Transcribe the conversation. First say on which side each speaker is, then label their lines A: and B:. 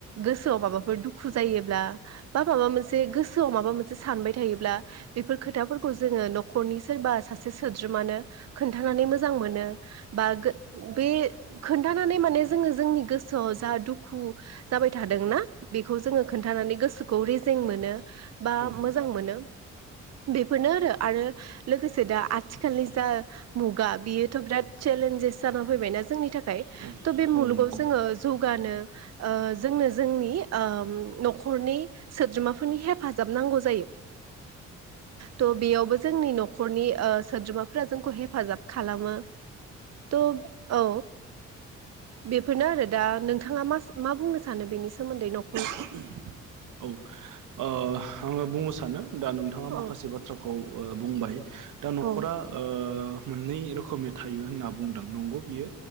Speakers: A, on the right (about 55°); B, on the right (about 75°).
A: गोसोआव माबाफोर दुखु जायोब्ला बा माबा मोनसे गोसोआव माबा मोनसे सानबाय थायो ब्ला बेफोर खोथाफोरखौ जोङो न'खरनि सोरबा सासे सोद्रोमानो खोन्थानानै मोजां मोनो बा गो बे खोन्थानानै माने जोङो जोंनि गोसोआव जा दुखु जाबाय थादोंना बेखौ जोङो खोन्थानानै गोसोखौ रेज जें मोनो बा
B: औ औ
A: मोजां मोनो बेफोरनो आरो आरो लोगोसे दा आथि खालनि जा मुगा बियोथ' बिराद चेलेन्जेस जाना फैबायना जोंनि था खाय थ'
B: औ
A: बे
B: नंगौ
A: मुलुगाव जोङो जौगानो ओ जोंनो जोंनि ओ न'खरनि सोद्रोमाफोरनि हेफाजाब नांगौ जायो। थ' बेयावबो जोंनि न'खरनि ओ सोद्रोमाफोरा जोंखौ हेफाजाब खालामो। त' औ बेफोरनो आरो दा नोंथाङा मा मा बुंनो सानो बेनि सोमोन्दै न'
B: <unintelligible> औ ओ आङो बुंनो सानो दा नोंथाङा
A: औ
B: माखासे बाथ्राखौ ओ बुंबाय दा न'खरा
A: औ
B: ओ मोननै रोखोमनि थायो होनना बुंदों नंगौ बियो।